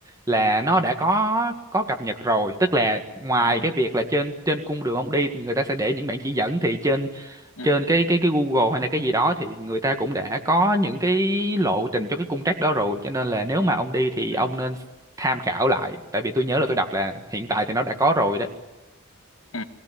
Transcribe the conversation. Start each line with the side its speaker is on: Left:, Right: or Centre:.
Right: là nó đã có có cập nhật rồi, tức là ngoài
Left: ừ
Right: cái việc là trên trên cung đường ông đi thì người ta sẽ để những bản chỉ dẫn thì trên
Left: ừ
Right: trên cái cái cái Google hay là cái gì đó thì người ta cũng đã có những cái lộ trình cho cái cung trek đó rồi, cho nên là nếu mà ông đi thì
Left: ừ
Right: ông nên tham khảo lại, tại vì tôi nhớ là tôi đọc là hiện tại thì nó đã có rồi đó.
Left: ừ